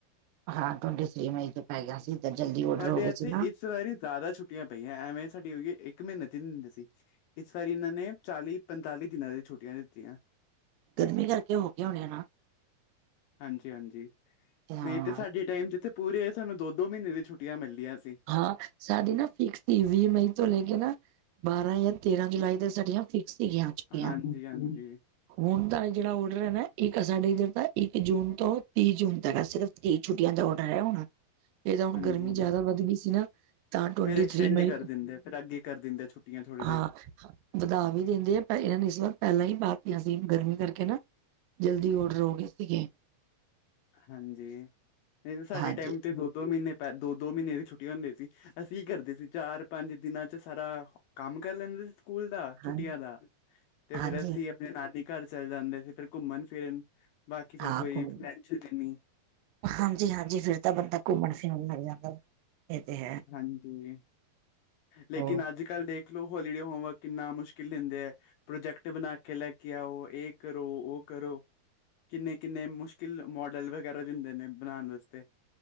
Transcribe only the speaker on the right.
ਹਾਂ, ਟਵੰਟੀ ਥ੍ਰੀ ਮਈ ਚ' ਪੈ ਗਿਆ ਸੀ। ਤਾਂ ਜਲਦੀ ਔਡਰ
ਹੋ ਗਏ
ਸੀ ਨਾ
ਗਰਮੀ ਕਰਕੇ ਹੋਗੀ ਹੋਣੀ ਆ ਨਾ।
ਹਾਂ
ਹਾਂ ਸਾਡੀ ਨਾ ਫਿਕਸ ਸੀ ਵੀਹ ਮਈ ਤੋਂ ਲੈ ਕੇ ਨਾ ਬਾਰਾਂ ਯ ਤੇਰਾਂ ਜੁਲਾਈ ਦੇ ਸਾਡੀਆਂ ਫਿਕਸ ਸੀਗੀਆਂ ਛੁਟਿਆ।
ਹੁਣ ਤਾਂ ਜਿਹੜਾ ਔਡਰ ਹੈ ਨਾ ਇੱਕ ਸਾਡੇ ਇੱਧਰ ਦਾ ਇੱਕ ਜੂਨ ਤੋਂ ਤੀਹ ਜੂਨ ਤਕ ਹੈ ਸਿਰਫ ਤੀਹ ਛੁੱਟੀਆਂ ਦਾ ਔਡਰ ਹੈ ਹੁਣ ਇਹ ਤਾਂ ਹੁਣ
ਗਰਮੀ ਜ਼ਿਆਦਾ ਵੱਧ ਗਈ। ਸੀ ਨਾ ਤਾ ਟਵੰਟੀ
ਥ੍ਰੀ ਮਈ
ਤੋ
ਹਾ ਵਧਾ ਵੀ ਦਿੰਦੇ ਆ ਇਹਨਾਂ ਨੇ ਇਸ ਵਾਰ ਪਹਿਲਾਂ ਹੀ ਪਾਤੀਆਂ ਸੀ ਗਰਮੀ ਕਰਕੇ ਨਾ ਜਲਦੀ ਔਡਰ ਹੋ ਗਏ ਸੀਗੇ।
ਹਾਂਜੀ
ਹਾਂ
ਹਾਂਜੀ
ਹਾਂ
ਘੁੰਮ
ਹਾਂਜੀ, ਹਾਂਜੀ ਫਿਰ ਤਾਂ ਬੰਦਾ ਘੁੰਮਣ ਫਿਰਨ ਲੱਗ ਜਾਂਦਾ। ਇਹ ਤੇ ਹੈ
ਹੋਰ